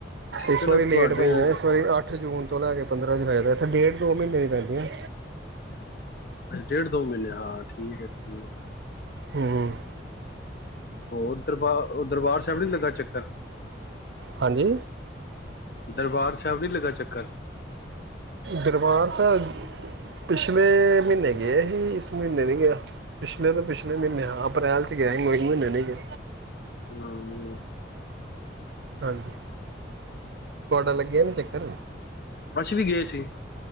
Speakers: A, on the right; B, on the left.
A: ਇਸ
B: ਚਲੋ
A: ਵਾਰੀ
B: ਤੁਹਾਡੇ
A: ਲੇਟ ਪਈਆਂ ਇਸ ਵਾਰੀ ਅੱਠ ਜੂਨ ਤੋਂ ਲੈ ਕੇ ਪੰਦਰਾਂ ਹਜ਼ਾਰ ਆ ਜਾਂਦਾ ਇੱਥੇ ਡੇਢ ਦੋ ਮਹੀਨੇ ਦੀ ਪੈਂਦੀ ਆ
B: ਹ ਅੱ ਡੇਢ ਦੋ ਮਹੀਨੇ ਹਾਂ ਠੀਕ ਹੈ ਠੀਕ
A: ਹਮ ਹਮ
B: ਹੋਰ ਦਰਬਾਰ ਦਰਬਾਰ ਸਾਹਿਬ ਨੀ ਲੱਗਾ ਚੱਕਰ
A: ਹਾਂਜੀ
B: ਦਰਬਾਰ ਸਾਹਿਬ ਨੀ ਲੱਗਾ ਚੱਕਰ
A: ਦਰਬਾਰ ਸਾਹਿਬ ਪਿਛਲੇ ਮਹੀਨੇ ਗਏ ਸੀ ਇਸ ਮਹੀਨੇ ਨਹੀਂ ਗਿਆ ਪਿਛਲੇ ਤਾਂ ਪਿਛਲੇ ਮਹੀਨੇ ਹਾਂ ਅ੍ਰੈਲ ' ਗਿਆ ਸੀ ਮੇ ਮਹੀਨੇ ਨਹੀਂ ਗਿਆ
B: ਹਮ ਅ
A: ਹਾਂਜੀ ਤੁਹਾਡਾ ਲੱਗਿਆ ਨੀ ਚੱਕਰ
B: ਅੱਸੀ ਵੀ ਗਏ ਸੀ